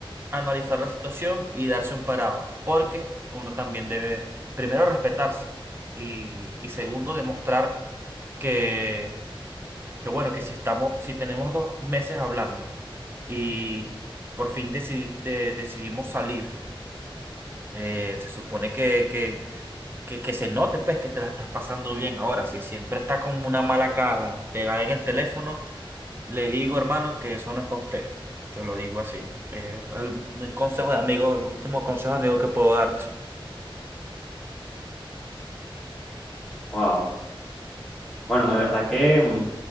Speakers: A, on the right (about 25°); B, in the centre.
A: analizar la situación y darse un parado, porque uno también debe, primero, respetarse y, y segundo, demostrar que que bueno, que si estamos, si tenemos dos meses hablando y por fin deci- de- decidimos salir, eh, se supone que, que, que, que se note pues que te la estás pasando bien ahora. Si siempre está con una mala cara pegada en el teléfono, le digo, hermano, que eso no es para usted. Se lo digo así. Eh, el, el consejo de amigo, el último consejo de amigo que puedo darte.
B: Wow. Bueno, de verdad que mm,